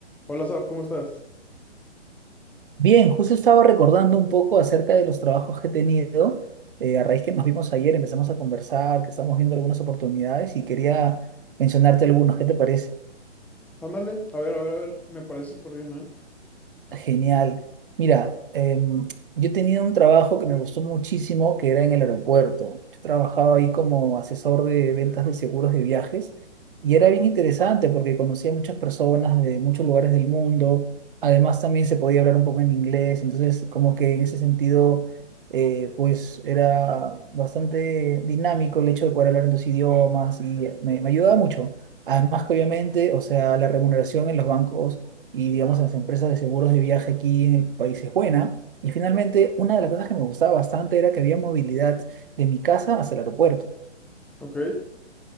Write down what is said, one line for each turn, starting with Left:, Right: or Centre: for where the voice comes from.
Centre: Hola, Saf, ¿cómo estás?
Right: Bien, justo estaba recordando un poco acerca de los trabajos que he tenido. eh, a raíz que nos vimos ayer, empezamos a conversar, que estamos viendo algunas oportunidades y quería mencionarte algunos. ¿Qué te parece?
Centre: Ándale, a ver, a ver, a ver, me parece súper bien, ¿eh?
Right: Genial. Mira, em, yo tenía un trabajo que me gustó muchísimo, que era en el aeropuerto. Yo trabajaba ahí como asesor de ventas de seguros de viajes y era bien interesante porque conocía muchas personas de muchos lugares del mundo. Además, también se podía hablar un poco en inglés. Entonces, como que en ese sentido, eh, pues era bastante dinámico el hecho de poder hablar en dos idiomas y me, me ayudaba mucho. Además que obviamente, o sea, la remuneración en los bancos y digamos en las empresas de seguros de viaje aquí en el país es buena. Y finalmente, una de las cosas que me gustaba bastante era que había movilidad de mi casa hasta el aeropuerto.
Centre: Ok,